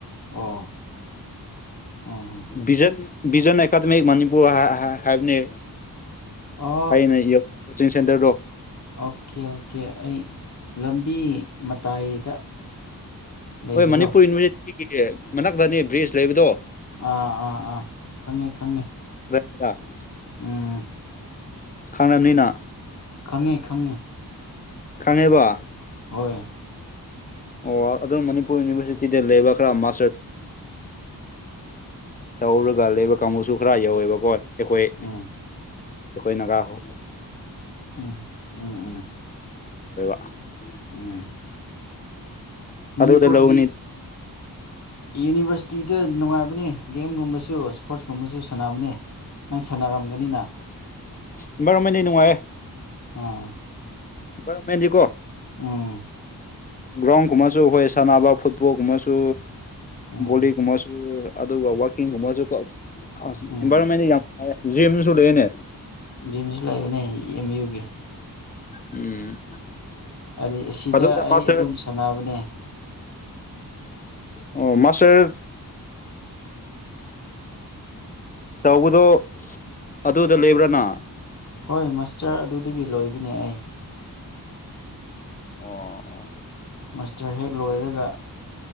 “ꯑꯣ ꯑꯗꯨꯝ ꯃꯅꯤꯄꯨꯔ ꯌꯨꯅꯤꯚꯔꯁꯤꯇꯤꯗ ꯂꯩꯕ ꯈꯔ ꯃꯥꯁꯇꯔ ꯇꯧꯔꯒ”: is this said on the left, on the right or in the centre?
Left